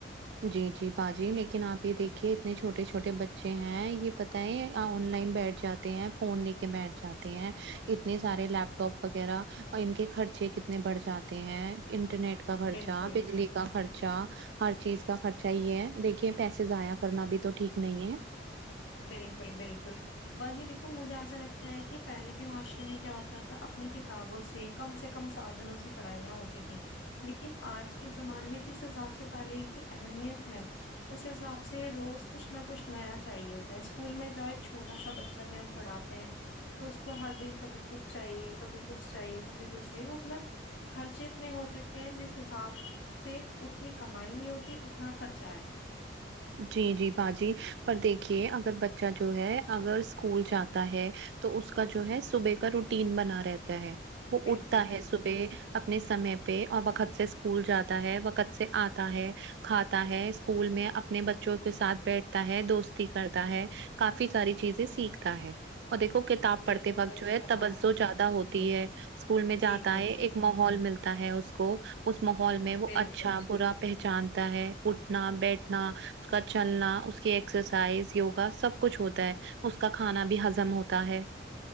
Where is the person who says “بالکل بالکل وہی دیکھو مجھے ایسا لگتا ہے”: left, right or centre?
Left